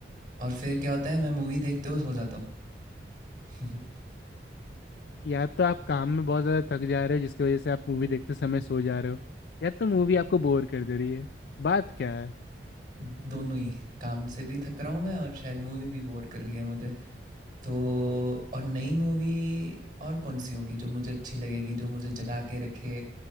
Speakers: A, on the right; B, on the left.
A: और फिर क्या होता है मैं मूवी देखते हुए सो जाता हूँ
B: या तो आप काम में बहुत ज्यादा थक जा रहे हो जिसकी वजह से आप मूवी देखते समय सो जा रहे हो या तो मूवी आपको बोर कर दे रही है बात क्या है
A: <laughs> दोनों ही काम से भी थक रहा हूँ मैं और शायद मूवी भी बोर कर रही है मुझे तो और नई मूवी और कौन सी होगी जो मुझे अच्छी लगेगी जो मुझे जगा के रखे